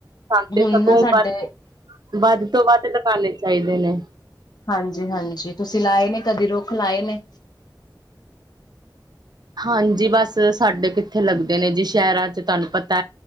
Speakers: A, on the right; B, on the left.
A: ਖਾਂਦੇ
B: ਹੁਣ
A: ਸਗੋਂ
B: ਨਾ ਸਾਡੇ
A: ਵੱਧ ਵੱਧ ਤੋਂ ਵੱਧ ਲਗਾਉਣੇ ਚਾਈਦੇ ਨੇ।
B: ਹਾਂਜੀ ਹਾਂਜੀ, ਤੁਸੀਂ ਲਾਏ ਨੇ, ਕਦੇ ਰੁੱਖ ਲਾਏ ਨੇ।
A: ਹਾਂਜੀ ਬਸ, ਸਾਡੇ ਕਿੱਥੇ ਲੱਗਦੇ ਨੇ ਜੀ ਸ਼ਹਿਰਾਂ ਚ ਤੁਹਾਨੂੰ ਪਤਾ